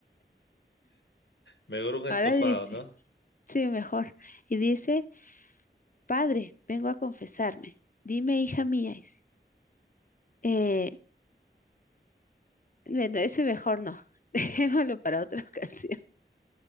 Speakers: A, on the left; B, on the left.
A: Mejor un estofado,
B: Ahora dice,
A: ¿no?
B: sí, mejor. Y dice, Padre, vengo a confesarme. Dime, hija mía. dice. Eh, bueno, ese mejor no. <laughs> Dejémoslo para otra <laughs> ocasión.